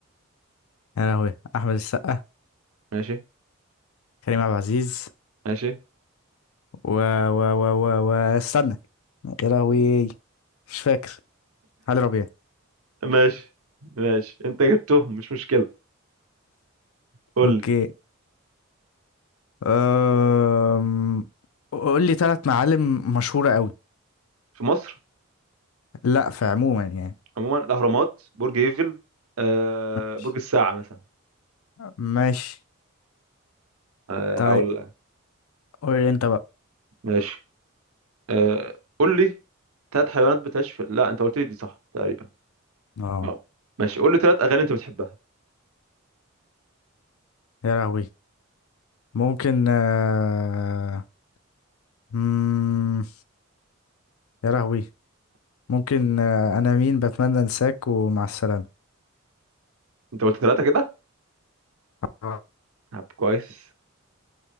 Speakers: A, on the left; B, on the right.
A: يا لهوي احمد السقا
B: ماشي
A: كريم عبد العزيز
B: ماشي
A: و و و و و استنى يا لهوي مش فاكر علي ربيع
B: ماشي ماشي انت جبتهم مش مشكلة قول
A: اوكي
B: لي
A: أم... قول لي ثلاث معالم مشهورة قوي
B: في مصر
A: لا في عموما يعني
B: عموما الأهرامات برج ايفل آه
A: ماشي
B: برج الساعة مثلا
A: ماشي
B: آه
A: طيب
B: هقول لك
A: قول لي انت بقى
B: ماشي آه قول لي ثلاث حيوانات بتعيش في لا انت قلت لي دي صح تقريبا
A: اه
B: اه ماشي قول لي ثلاث أغاني انت بتحبها
A: يا لهوي ممكن آه... مم... يا لهوي ممكن آه... انا مين بتمنى انساك ومع السلامة
B: انت قلت ثلاثة كده
A: آه.
B: طب كويس